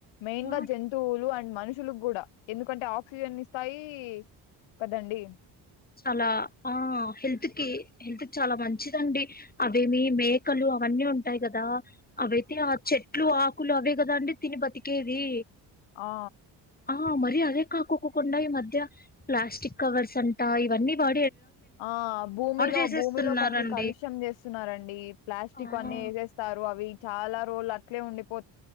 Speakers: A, on the left (about 85°); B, on the left (about 20°).
A: మెయిన్
B: ఆ
A: గా జంతువులు ఆన్ మనుషులకు కూడా ఎందుకంటే ఆక్సిజన్ ఇస్తాయి కదండి
B: చాలా ఆ హెల్త్ కి హెల్ చాలా మంచిదండి అవేమీ మేకలు అవన్నీ ఉంటాయి కదా అవైతే ఆ చెట్లు ఆకులు అవే కథ అండి తిని బతికేది
A: ఆ
B: ఆ మరి అదే కాకోకుండా ఈ మధ్య ప్లాస్టిక్ కవర్స్ అంట ఇవన్నీ వా
A: ఆ భూమిలో
B: చేసేస్తున్నారండి
A: భూమిలోకి అన్ని కలుష్యం చేస్తున్నారండి ప్లాస్టిక్
B: ఆ
A: వన్నీ చేస్తారు అవి చాలా రోజులు అట్లే ఉండిపో